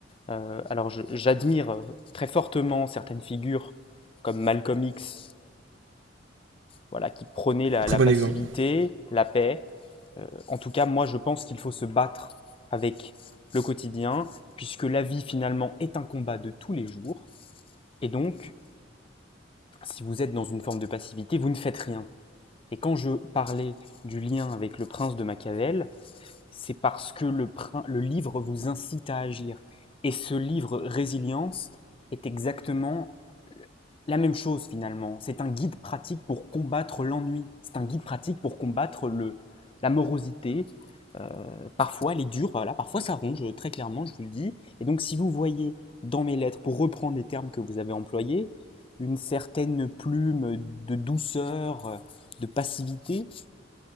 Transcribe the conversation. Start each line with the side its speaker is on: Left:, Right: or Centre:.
Left: Euh, alors je- j'admire euh, très fortement certaines figures comme Malcolm X, voilà, qui prônaient la,
Right: Très
Left: la
Right: bon
Left: passivité,
Right: exemple.
Left: la paix. Euh, en tout cas, moi je pense qu'il faut se battre avec le quotidien, puisque la vie finalement est un combat de tous les jours. Et donc, si vous êtes dans une forme de passivité, vous ne faites rien. Et quand je parlais du lien avec le prince de Machiavel, c'est parce que le, le livre vous incite à agir. Et ce livre Résilience est exactement la même chose finalement. C'est un guide pratique pour combattre l'ennui. C'est un guide pratique pour combattre le, la morosité. Euh, parfois, elle est dure, voilà, parfois ça ronge, très clairement, je vous le dis. Et donc, si vous voyez dans mes lettres, pour reprendre les termes que vous avez employés, une certaine plume de douceur, de passivité,